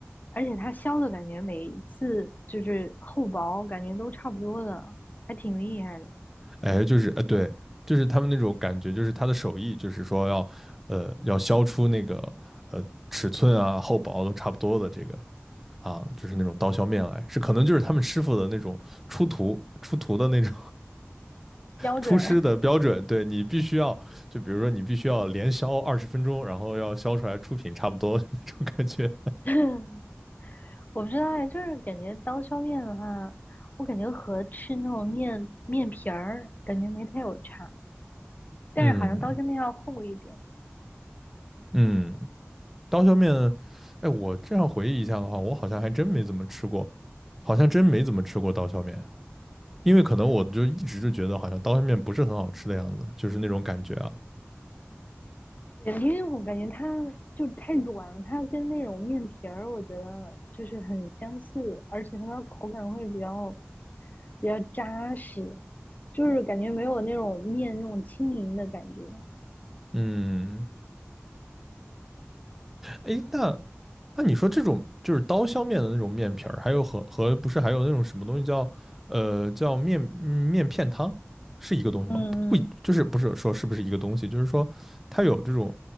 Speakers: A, on the left; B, in the centre.
A: 而且它削的感觉每一次就是厚薄感觉都差不多的，还挺厉害的，
B: 哎，就是呃对，就是他们那种感觉，就是他的手艺，就是说要呃要削出那个呃尺寸啊厚薄都差不多的这个啊，就是那种刀削面来，是可能就是他们师傅的那种出徒出徒的那种
A: 标准。
B: 出师的标准，对你必须要，就比如说你必须要连削二十分钟，然后要削出来出品差不多那种感觉。
A: <laughs> 我不知道哎，就是感觉刀削面的话，我感觉和吃那种面面皮儿感觉没太有差，
B: <laughs>
A: 但是好像刀削面要厚一点。
B: 嗯嗯，刀削面，哎，我这样回忆一下的话，我好像还真没怎么吃过，好像真没怎么吃过刀削面，因为可能我就一直就觉得好像刀削面不是很好吃的样子，就是那种感觉啊。
A: 对，因为我感觉它就是太短了，它跟那种面皮儿，我觉得就是很相似，而且它的口感会比较比较扎实，就是感觉没有那种面那种轻盈的感觉。
B: 嗯，哎，那那你说这种就是刀削面的那种面皮儿，还有和和不是还有那种什么东西叫呃叫面嗯面片汤，是一个东西吗？
A: 嗯嗯，
B: 不，就是不是说是不是一个东西，就是说它有这种